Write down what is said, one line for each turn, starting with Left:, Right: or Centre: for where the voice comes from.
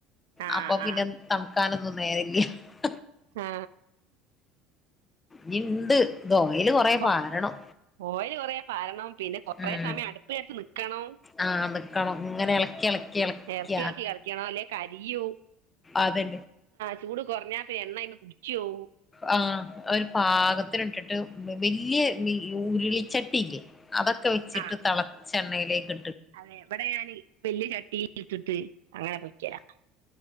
Right: ആ
Left: അപ്പൊ
Right: ആ
Left: പിന്നെ തണക്കാനൊന്നും നി നേരി <unintelligible>
Right: ആ
Left: നിന്ത് ദോ യല് കൊറെ
Right: പുറത്ത്
Left: പാരണം
Right: <unintelligible> കൊറേ പാരണം പിന്നെ കൊറേ
Left: ഉം
Right: സമയം അടുപ്പ്ടുത്ത് നിക്കണം
Left: ആഹ് നിക്കണം ഇങ്ങനെ എളക്കി എളക്കി എളക്കി
Right: എള്ക്കി എള്ക്കി കളിക്കണം അല്ലേ കയ് അയ്യോ
Left: അതെ
Right: ചൂട് കൊർഞ്ഞാ എണ്ണയ്മേ കുടിച്ചോവും
Left: ആ ഒരു പാകത്തിന് ഇട്ടിട്ട് വല്യ ഉരുളിച്ചട്ടിയില്ലേ അതൊക്കെ വെച്ചിട്ട്
Right: ആഹ്
Left: തെളച്ച് ചണ്ണയിലേക്ക്
Right: അതെ ബടെ ഞാനെയ് വല്ല്യ ചട്ടി ട്ടിട്ട്ട്ടേയ് അങ്ങനെ പൊരിക്കല